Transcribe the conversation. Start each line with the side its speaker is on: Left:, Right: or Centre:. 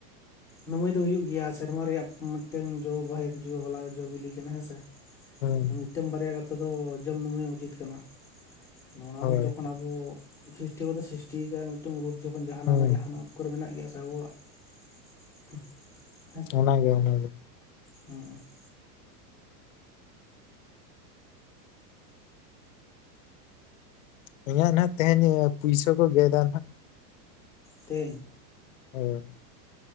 Centre: ᱱᱟᱹᱣᱟᱹᱭ ᱫᱚ ᱦᱩᱭᱩᱜ ᱜᱮᱭᱟ ᱥᱮᱨᱢᱟ ᱨᱮᱭᱟᱜ ᱢᱤᱫᱴᱟᱝ ᱡᱚ ᱵᱟᱦᱮ ᱡᱚ ᱵᱟᱞᱟ ᱡᱚ ᱵᱤᱞᱤ ᱠᱟᱱᱟ ᱦᱮᱸᱥᱮ ᱾
Left: ᱦᱩᱸ
Centre: ᱢᱤᱫᱴᱟᱝ ᱵᱟᱨᱭᱟ ᱠᱟᱛᱮ ᱫᱚ ᱡᱚᱢ ᱱᱟᱹᱣᱟᱹᱭ ᱦᱚᱸ ᱩᱪᱤᱛ ᱠᱟᱱᱟ ᱾ ᱱᱚᱣᱟ
Left: ᱦᱳᱭ
Centre: ᱦᱚᱸ ᱡᱚᱠᱷᱚᱱ ᱟᱵᱚ ᱥᱨᱤᱥᱴᱤ ᱠᱚ ᱛᱚ ᱥᱨᱤᱥᱴᱤ ᱠᱟᱜ-ᱟᱭ ᱢᱤᱫᱴᱟᱝ ᱨᱳᱜ ᱡᱚᱠᱷᱚᱱ ᱡᱟᱦᱟᱱᱟᱜ
Left: ᱦᱩᱸ
Centre: ᱵᱟᱝ ᱡᱟᱦᱟᱱᱟᱜ, ᱠᱚᱨᱮ ᱢᱮᱱᱟᱜ ᱜᱮᱭᱟ ᱥᱮ ᱟᱵᱚᱣᱟᱜ ᱾ <inaudible>
Left: ᱚᱱᱟᱜᱮ ᱚᱱᱟᱜᱮ
Centre: ᱦᱮᱸ <unintelligible>
Left: ᱤᱧᱟᱹᱜ ᱱᱟᱸᱜ ᱛᱮᱦᱮᱧ ᱯᱩᱭᱥᱟᱹ ᱠᱚ ᱜᱮᱫᱟ ᱱᱟᱸᱜ ᱾
Centre: ᱛᱮ
Left: ᱦᱳᱭ <unintelligible>